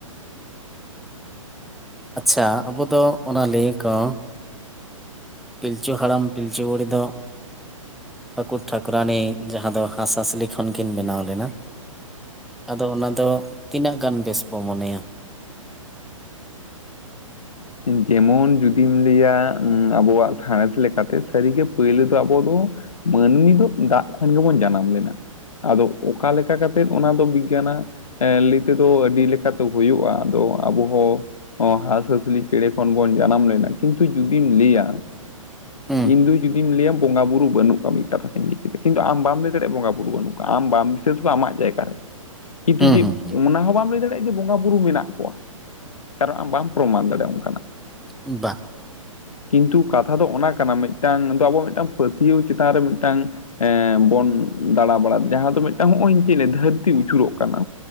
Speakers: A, in the centre; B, on the left.
A: ᱟᱪᱪᱷᱟ ᱟᱵᱵ ᱫᱚ ᱚᱱᱟ ᱞᱟᱹᱭ ᱟᱠᱚ ᱯᱤᱞᱪᱩ ᱦᱟᱲᱟᱢ ᱯᱤᱞᱪᱩ ᱵᱩᱲᱦᱤ ᱫᱚ ᱴᱷᱟᱹᱠᱩᱨ ᱴᱷᱟᱹᱠᱨᱟᱹᱱᱤ ᱡᱟᱦᱟᱸ ᱫᱚ ᱦᱟᱸᱥᱼᱦᱟᱸᱥᱞᱤ ᱠᱷᱚᱱ ᱠᱤᱱ ᱵᱮᱱᱟᱣ ᱞᱮᱱᱟ᱾ ᱟᱫᱚ ᱚᱱᱟ ᱫᱚ ᱛᱤᱱᱟᱹᱜ ᱜᱟᱱ ᱵᱮᱥ ᱵᱚ ᱢᱚᱱᱮᱭᱟ
B: ᱡᱮᱢᱚᱱ ᱡᱩᱫᱤᱢ ᱞᱟᱹᱭᱟ ᱟᱵᱚᱣᱟᱜ ᱥᱟᱬᱮᱥ ᱞᱮᱠᱟᱛᱮ ᱥᱟᱹᱨᱤᱜᱮ ᱯᱩᱭᱞᱩ ᱫᱚ ᱟᱵᱩ ᱫᱚ ᱢᱟᱹᱱᱢᱤ ᱫᱚ ᱫᱟᱜ ᱠᱷᱚᱱ ᱜᱮᱵᱚᱱ ᱡᱟᱱᱟᱢ ᱞᱮᱱᱟ ᱟᱫᱚ ᱚᱠᱟ ᱞᱮᱠᱟ ᱠᱟᱛᱮᱫ ᱚᱱᱟ ᱫᱚ ᱵᱤᱜᱽᱜᱟᱱᱟᱜ ᱮᱸ ᱞᱟᱹᱭ ᱛᱮᱫᱚ ᱟᱹᱰᱤ ᱞᱮᱠᱟᱛᱮ ᱦᱩᱭᱩᱜᱼᱟ ᱟᱫᱚ ᱟᱵᱚ ᱦᱚᱸ ᱦᱟᱸᱥᱼ ᱦᱟᱸᱥᱞᱤ ᱪᱮᱬᱮ ᱠᱷᱚᱱ ᱵᱚᱱ ᱡᱟᱱᱟᱢ ᱞᱮᱱᱟ ᱠᱤᱱᱛᱩ ᱡᱩᱫᱤᱢ ᱞᱟᱹᱭᱟ
A: ᱦᱮᱸ
B: ᱤᱱ ᱫᱚ ᱡᱩᱫᱤᱢ ᱞᱟᱹᱭᱟ ᱵᱚᱸᱜᱟ ᱵᱩᱨᱩ ᱵᱟᱹᱱᱩᱜ ᱠᱚᱣᱟ ᱢᱤᱫ ᱠᱟᱛᱷᱟ ᱛᱮᱧ ᱞᱟᱹᱭ ᱠᱮᱫᱟ ᱠᱤᱱᱛᱩ ᱟᱢ ᱵᱟᱢ ᱞᱟᱹᱭ ᱫᱟᱲᱮᱭᱟᱜᱼᱟ ᱵᱚᱸᱜᱟ ᱵᱩᱨᱩ ᱵᱟᱹᱱᱩᱜ ᱠᱚᱣᱟ ᱟᱢ ᱵᱟᱢ ᱵᱤᱥᱮᱥ ᱫᱚ ᱟᱢᱟᱜ ᱡᱟᱭᱜᱟ ᱨᱮ ᱠᱤᱱᱛᱩ
A: ᱦᱩᱸ
B: ᱡᱮ
A: ᱦᱩᱸ ᱦᱩᱸ
B: ᱚᱱᱟ ᱦᱚᱸ ᱵᱟᱢ ᱞᱟᱹᱭ ᱫᱟᱲᱮᱜᱼᱟ ᱡᱮ ᱵᱚᱸᱜᱟ ᱵᱩᱨᱩ ᱢᱮᱱᱟᱜ ᱠᱚᱣᱟ ᱠᱟᱨᱚᱱ ᱟᱢ ᱵᱟᱢ ᱯᱨᱚᱢᱟᱱ ᱫᱟᱲᱮᱜ-ᱟ ᱚᱱᱠᱟ
A: ᱵᱟᱝ
B: ᱠᱤᱱᱛᱩ ᱠᱟᱛᱷᱟ ᱫᱚ ᱚᱱᱟ ᱠᱟᱱᱟ ᱢᱤᱫᱴᱟᱝ ᱫᱚ ᱟᱵᱚᱣᱟᱜ ᱢᱤᱫᱴᱟᱝ ᱯᱟᱹᱛᱭᱟᱹᱣ ᱪᱮᱛᱟᱱ ᱨᱮ ᱢᱤᱫᱴᱟᱝ ᱮᱸ ᱵᱚᱱ ᱫᱟᱬᱟ ᱵᱟᱲᱟᱭᱫᱟ ᱡᱟᱦᱟᱸ ᱫᱚ ᱢᱤᱫᱴᱟᱝ ᱱᱚᱜᱼᱚᱭ ᱪᱮᱫ ᱫᱷᱟᱹᱨᱛᱤ ᱟᱹᱪᱩᱨᱚᱜ ᱠᱟᱱᱟ